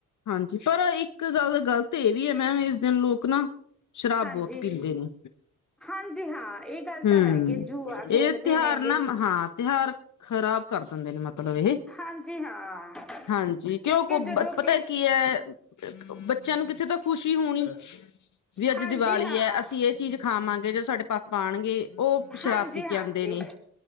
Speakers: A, on the left; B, in the centre.
A: ਹਾਂਜੀ ਪਰ ਇੱਕ ਗੱਲ ਗਲਤ ਏ ਵੀ ਐ ਮੈਮ ਇਸ ਦਿਨ ਲੋਕ ਨਾ ਸ਼ਰਾਬ
B: ਹਾਂਜੀ
A: ਬੋਤ ਪੀਂਦੇ ਨੇ।
B: ਹਾਂਜੀ ਹਾਂ ਇਹ ਗੱਲ
A: ਹੂੰ,
B: ਤਾਂ ਹੈਗੀ ਜੂਆ ਖੇਡਦੇ
A: ਏ ਤਿਉਹਾਰ
B: ਨੇਗੇ
A: ਨਾ ਮਤ ਹਾਂ ਤਿਉਹਾਰ ਖ਼ਰਾਬ ਕਰ ਦਿੰਦੇ ਨੇ ਮਤਲਬ ਏਹੇ
B: ਹਾਂਜੀ ਹਾਂ।
A: ਹਾਂਜੀ ਕਿਓਂ
B: ਕਿਉਂਕਿ
A: ਕੋ
B: ਜਦੋਂ
A: ਪਤਾ
B: ਕਿ
A: ਕੀ ਕੀ ਐ ਬੱਚੇਆਂ ਨੂੰ ਕਿੱਥੇ ਤਾਂ ਖੁਸ਼ੀ ਹੋਨੀ ਵੀ ਅੱਜ
B: ਹਾਂਜੀ
A: ਦੀਵਾਲੀ
B: ਹਾਂ
A: ਐ ਅਸੀਂ ਏ ਚੀਜ਼ ਖਾਵਾਂਗੇ ਜਦੋ ਸਾਡੇ ਪਾਪਾ ਆਨਗੇ। ਓ ਸ਼ਰਾਬ
B: ਹਾਂਜੀ
A: ਪੀ
B: ਹਾਂਜੀ
A: ਕੇ ਆਂਦੇ ਨੇ।